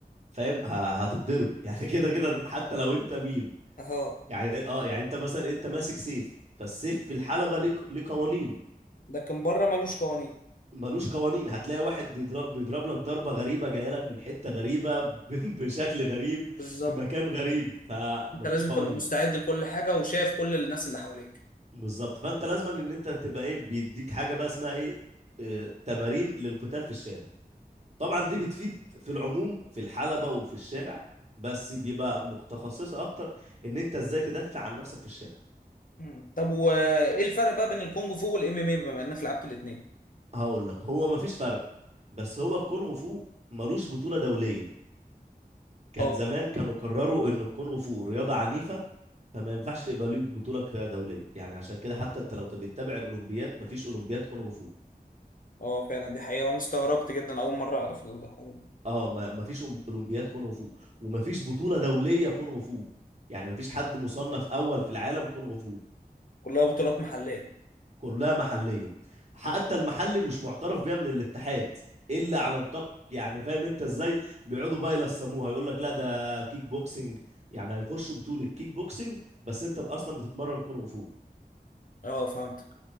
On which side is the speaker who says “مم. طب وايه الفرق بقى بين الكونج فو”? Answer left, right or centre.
Left